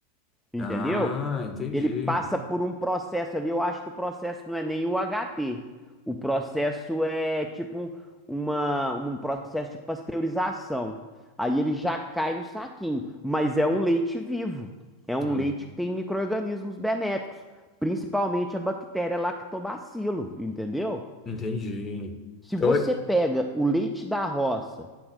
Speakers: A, in the centre; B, on the left.
A: entendeu?
B: Ah, entendi.
A: ele passa por um processo ali. Eu acho que o processo não é nem o HT. O processo é tipo um, uma, um processo de pasteurização. Aí ele já cai no saquinho. Mas é um leite vivo. É um
B: Olha.
A: leite que tem micro-organismos benéficos, principalmente a bactéria lactobacilo, entendeu?
B: Entendi.
A: Se
B: Então,
A: você
B: é-
A: pega o leite da roça